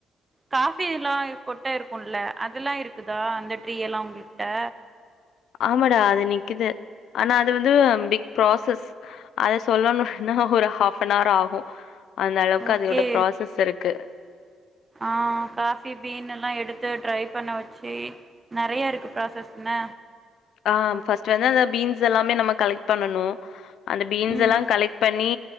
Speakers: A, on the right; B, on the left.
A: காஃபில்லா கொட்ட இருக்குல அதெல்லா இருக்குதா அந்த ட்ரீ எல்லா உங்ள்ட்ட
B: ஆமாடா அது நிக்குது ஆனா அது வந்து பிக் ப்ராசஸ் அத சொல்லணும்னா ஒரு ஹாஃப்பனார் ஆகு அந்த அளவுக்கு
A: ஓகே
B: அதோட ப்ராசஸ் இருக்கு
A: ஆ காபி பீன் எல்லா எடுத்து டிரை பண்ண வச்சு நெறைய ருக்கு ப்ராசஸ் என்ன
B: ஆ ஃபஸ்ட் வந்து அந்த பீன்ஸ் எல்லாமே நம்ம கலெட் பண்ணனு அந்த பீன்ஸ்
A: ம்
B: எல்லா கலெட் பண்ணி